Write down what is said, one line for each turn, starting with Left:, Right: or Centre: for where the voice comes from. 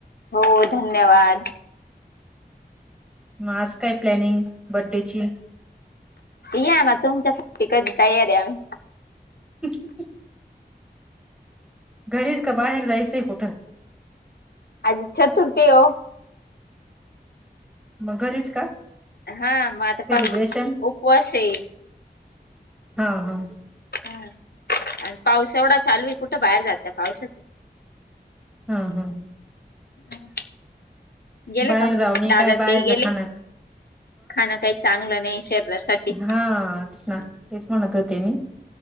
Left: हो धन्यवाद.
Centre: मग आज काय प्लॅनिंग? बड्डेची
Left: या ना तुमच्यासाठी कधी तयार आहे आम्ही
Centre: <unintelligible> घरीच का बाहेर जायचंय कुठं?
Left: आज चतुर्थी आहे वो
Centre: मग घरीच का
Left: हा म आता
Centre: सेलिब्रेशन
Left: पाहू उपवास आहे
Centre: हा हा
Left: हा आणि पाऊस एवढा चालू आहे कुठे बाहेर जाता पावसाचे
Centre: हा हा
Left: हम गेले
Centre: बाहेर
Left: का
Centre: जाऊ नये
Left: दादां
Centre: काय बाहेरच
Left: ते गेले
Centre: खाण अ
Left: खाणं काही चांगलं नाही शरीरासाठी
Centre: हाच ना तेच म्हणत होते मी